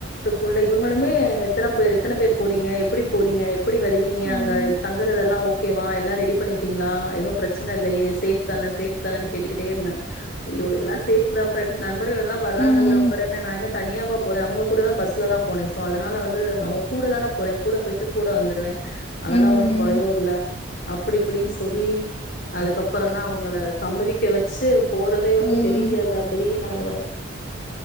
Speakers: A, on the left (about 50°); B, on the left (about 30°).
A: உள்ள இவங்களுமே எத்தனே பேர் எத்தனை பேர் போறீங்க எப்புடி போறீங்க எப்புடி வருவீங்க
B: ம்
A: அங்க தங்குறதெல்லா ஓகே கேவா எல்லா ரெடி பண்ணிட்டீங்களா எதுவு பிரச்சனை இல்லையே சேஃப் தானே சேஃப் தானேனு கேட்டுக்கிட்டே இருந்தே அய்யோ எல்லா சேஃப் ன்த பிரண்ட்ஸ் நண்பர்கள் எல்லா வர்றாங்கல்ல
B: ம்
A: அப்புற என்ன நா என தனியாவா போறே அவங்க கூட தா பஸ்லதா போனே ஸோ அதனால வந்து அவங்க கூட தானே போறே கூட போயிட்டு கூட வந்துருவே அதெல்லா
B: ம்
A: ஒண்ணு பயோ இல்ல அப்டி இப்டின்னு சொல்லி அதுக்கப்புறதா அவங்கள சம்மதிக்க வெச்சு போறதே வந்து
B: ம்
A: பெரியா இதா ஏ நாத அது